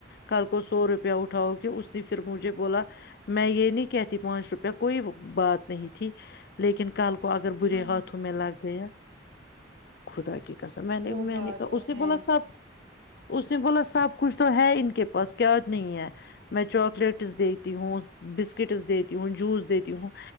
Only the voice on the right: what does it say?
ہاں
وہ
بات
تو
ہے